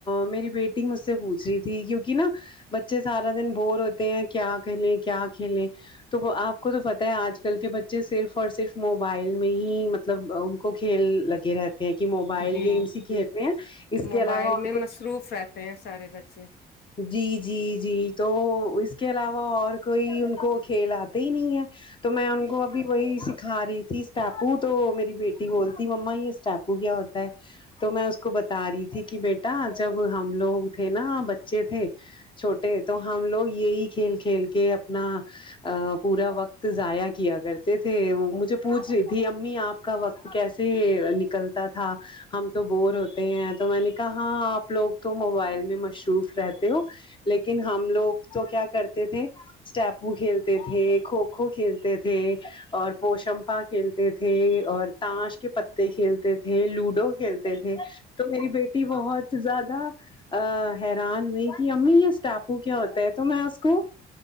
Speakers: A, on the left; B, on the left.
A: میری بیٹی مجھ سے پوچھ رہی تھی کیونکہ نا بچے سارا دن بور ہوتے ہیں کیا کھیلیں کیا کھیلیں تو وہ آپ کو تو پتہ ہے آج کل کے بچے صرف اور صرف موبائل میں ہی مطلب ان کو کھیل لگے رہتے ہیں کہ موبائل
B: جی
A: گیمس ہی کھیلتے ہیں اس
B: موبائل
A: کے علاوہ اور
B: میں
A: کوئی
B: مصروف رہتے ہیں سارے بچے
A: جی جی جی تو اس کے علاوہ اور کوئی ان کو کھیل آتے ہی نہیں ہے تو میں ان کو ابھی وہی سکھا رہی تھی اسٹیاپو تو میری بیٹی بولتی مما یہ اسٹاپو کیا ہوتا ہے تو میں اس کو بتا رہی تھی کہ بیٹا جب ہم لوگ تھے نا بچے تھے چھوٹے ہے تو ہم لوگ یہی کھیل کھیل کے اپنا پورا وقت ضائع کیا کرتے تھے مجھے پوچھ رہی تھی امی آپ کا وقت کیسے نکل تا تھا ہم تو بور ہوتے ہیں تو میں نے کہا ہاں آپ لوگ تو موبائل میں مصروف رہتے ہو لیکن ہم لوگ تو کیا کرتے تھے اسٹاپو کھیلتے تھے کھوکھو کھیلتے تھے اور پوشمپا کھیلتے تھے اور تاش کے پتے کھیلتے تھے لوڈو کھیلتے تھے تو میری بیٹی بہت زیادہ حیران ہوئی کہ امی یہ اس ٹاپو کیا ہوتا ہے تو میں اس کو